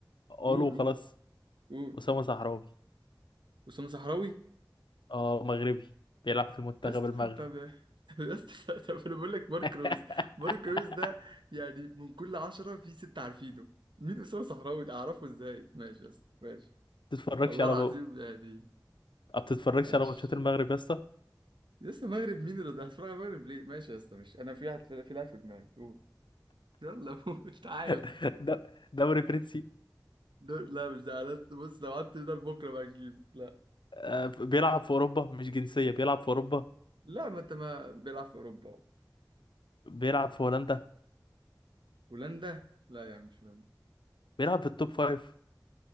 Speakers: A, on the left; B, on the right.
A: قولوا
B: قول قول
A: خلاص
B: قول
A: اسامه صحراوي
B: أسامة صحراوي
A: اه مغربي بيلعب في المنتخب
B: يا اسطى
A: المغربي
B: طب <laughs> طب يا اسطى طب انا بقول لك مارك
A: <laughs>
B: رويز مارك رويز ده يعني من كل عشرة في ستة عارفينه مين أسامة صحراوي ده؟ اعرفه ازاي ماشي يا اسطى ماشي
A: تتفرجش
B: والله
A: على
B: العظيم يعني
A: ما بتتفرجش
B: ماشي
A: على ماتشات المغرب يا اسطى
B: يا اسطى المغرب مين اللي ده هتفرج على المغرب ليه ماشي يا اسطى ماشي انا في واحد في في لاعب في دماغي قول يلا قول <laughs> تعالى
A: <laughs> د- دوري فرنسي
B: ده- لا مش ده أنا- بص لو قعدت ده لبكره بقى تجيبه لا
A: آه، بيلعب في اوروبا مش جنسيه بيلعب في اوروبا
B: لا ما انت ما بيلعب في اوروبا
A: بيلعب في هولندا
B: هولندا لا يا عم مش هولندا
A: بيلعب في التوب فايف